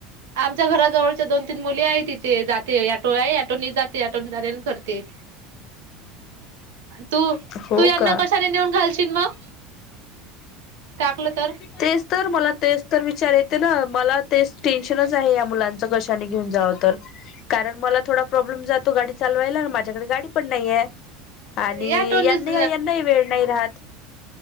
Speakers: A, on the right (about 85°); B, on the left (about 50°).
A: आमच्या घरा जवळच्या दोन तीन मुली आहेत तिथे जाते आटो आहे आटोणी जाते आटोे करते तू
B: हो
A: तू यांना
B: का
A: कशाने नेऊन घालशील मग टाकलं तर
B: तेच तर मला तेच तर विचार येते ना मला तेच टेन्शनच आहे या मुलांच कशाने घेऊन जावं तर कारण मला थोडा प्रॉब्लेम जातो गाडी चालवायला आणि माझ्याकडे गाडी पण नाहीय आणि
A: या ऑटोनीच
B: यांना यांनाही वेळ नाही राहत